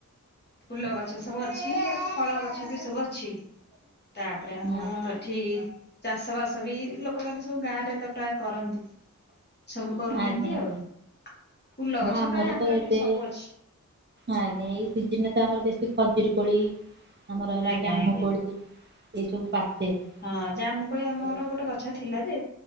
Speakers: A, on the left (about 35°); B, on the right (about 35°).
A: ଫୁଲ ଗଛ ସବୁ ଅଛି, ଫଳ ଗଛ ବି ସବୁ ଅଛି। ତାପରେ ଆମର
B: ଆଜ୍ଞା
A: ଏଠି -ଚାଷ ବାସ ସବ <unintelligible> ଲୋକମାନୋନ ସବୁ ଗାଁ ରେ ତ ପ୍ରାୟ କରନ୍ତି ସବୁ କରୁଛନ୍ତି
B: ଆଜ୍ଞା।
A: ଆଉ ଫୁଲ
B: ହଁ
A: ଗଛ
B: ଆମର
A: ପ୍ରାୟ
B: ତ ଏବେ,
A: ଏଠି ସବୁ ଅଛି
B: ଆଜ୍ଞା -ଏଇଦିନ ତ ଆମର ବେଶୀ ଖଜୁର କୋଳି, ଆମର ହେଲା
A: ଆଜ୍ଞା
B: ଜାମୁ
A: ଆଜ୍ଞା।
B: କୋଳି, ଏସବୁ ପାଚେ
A: ହଁ ଜାମୁକଳି
B: ଆଉ
A: ଆମର ଗୋଟେ ଗଛ ଥିଲା ଯେ